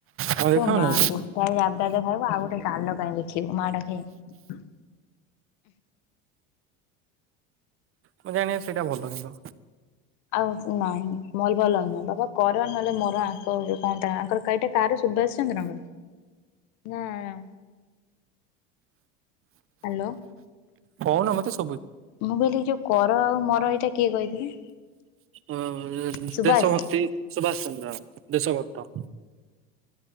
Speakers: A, on the left (about 65°); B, on the right (about 45°).
A: ଏ
B: ତମେ ଦେଖାଅନି
A: ମା ଗୋଟାଏ ଜାବଡା ତ ଖାଇବ, ଆଉ ଗୋଟେ ଗାଲ କାଇଁ ଦେଖେଇ ଖିବୁ ମା ଡାକେ ହୁଁ।
B: ମୁଁ ଜାଣିଆରେ ସେଇଟା ଭଲ କିନ୍ତୁ।
A: ଆଉ ସେ ନାହିଁ। ମଲ୍ଭାଲଙ୍କର ତମେ କର ନହେଲେ ମର ଆଙ୍କ ଯୋଉ କଣ ତାଙ୍କର କେଇଟା କାରେ ସୁଭାଷ ଚନ୍ଦ୍ରଙ୍କର ନାଁ ଆ ହ୍ୟାଲୋ।
B: କଅଣ ମତେ ଶୁ
A: ମୁଁ କହିଲି ଏ ଯୋଉ କର ଆଉ ମର ଏଇଟା କିଏ କହିଥିଲେ?
B: ଅ
A: ସୁବାସ
B: ଦେଶଭକ୍ତି ସୁଭାଷ ଚନ୍ଦ୍ର ଦେଶଭକ୍ତ।